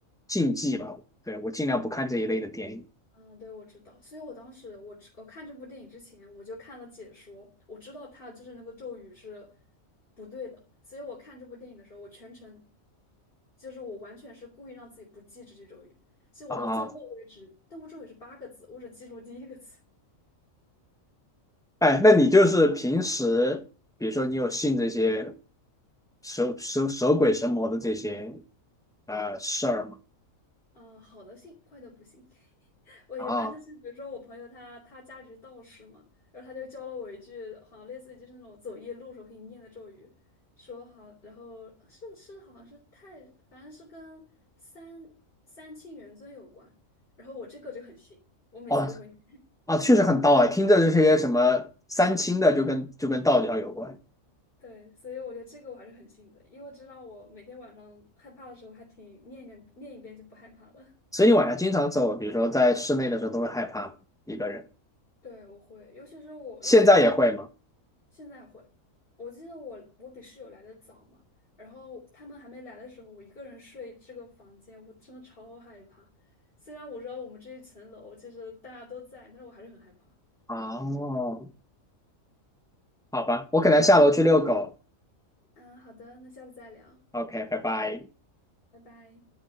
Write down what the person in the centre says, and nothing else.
禁忌吧。对，我尽量不看这一类的电影
啊。
哎，那你就是平时，比如说你有信这些蛇蛇蛇鬼神魔的这些呃事儿吗？
啊，哦
哦啊，确实很道啊，听着这些什么三清的就跟就跟道教有关。
所以你晚上经常走，比如说在室内的时候都会害怕一个人，
现在也会吗？
哦，好吧，我可能下楼去遛狗。
OK，拜拜。